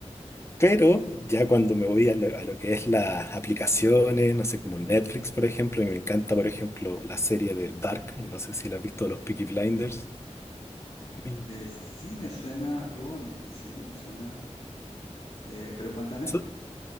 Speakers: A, on the left; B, on the left.
A: Pero ya cuando me voy a lo, a lo que es las aplicaciones, no sé, como Netflix, por ejemplo, y me encanta, por ejemplo, la serie de Dark, no sé si la has visto, los Peaky Blinders. y
B: Eh, sí me suena algo, sí me suena. Eh, pero cuéntame.
A: so-